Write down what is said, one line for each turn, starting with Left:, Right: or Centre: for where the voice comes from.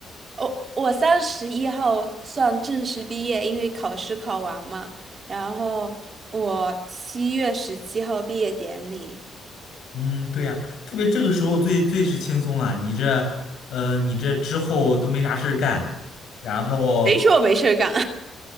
Right: 我我三十一号算正式毕业，因为考试考完嘛。然后我七月十七号毕业典礼。
Left: 嗯，对呀，特别这个时候最最是轻松了。你这，呃，你这之后都没啥事儿干，然后
Right: 谁说我没事儿干？